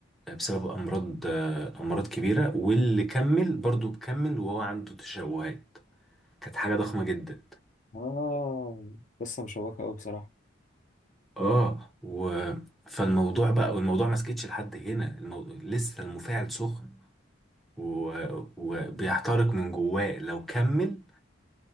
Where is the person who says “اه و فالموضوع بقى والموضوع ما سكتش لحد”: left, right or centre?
Centre